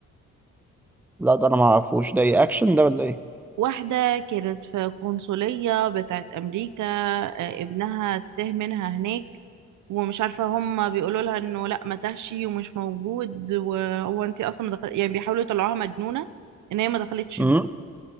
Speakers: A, in the centre; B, on the right.
A: لا ده انا ما اعرفوش ده ايه اكشن ده ولا ايه
B: واحدة كانت في قنصلية بتاعت أمريكا آه، ابنها تاه منها هناك ومش عارفة هم بيقولوا لها انه لا ما تهشي ومش موجود وهو انت اصلا ما دخل... يعني بيحاولوا يطلعوها مجنونة ان هي ما دخلتش
A: امم